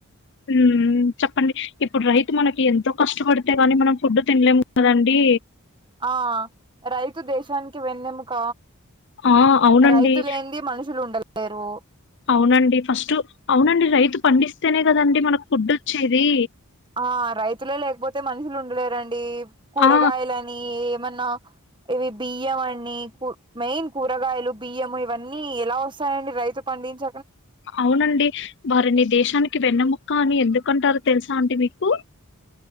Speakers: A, on the left; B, on the right.
A: ఉమ్మ్ చెప్పండి ఇప్పుడు రైతు మనకి ఎంతో కష్టపడితే గాని మనం ఫుడ్ తినలేము కదండీ
B: ఆ రైతు దేశానికి వెన్నెముక
A: ఆ అవునండి
B: రైతు లేనిదే మనుషులు ఉండలేరు
A: అవునండి ఫస్టు అవునండి రైతు పండిస్తేనే కదండి మనకు ఫుడ్ వచ్చేది
B: ఆ రైతులే లేకపోతే మనుషులు ఉండలేరండి కూరగాయలని
A: ఆ!
B: మన్న ఇవి బియ్యం అన్ని కు మెయిన్ కూరగాయలు, బియ్యం ఇవన్నీ ఎలా వస్తాయండి. రైతు పండించ
A: అవునండి వారిని దేశానిక్ కి వెన్నముక్క అని ఎందుకుంటారు తెలుసా అండి మీకు?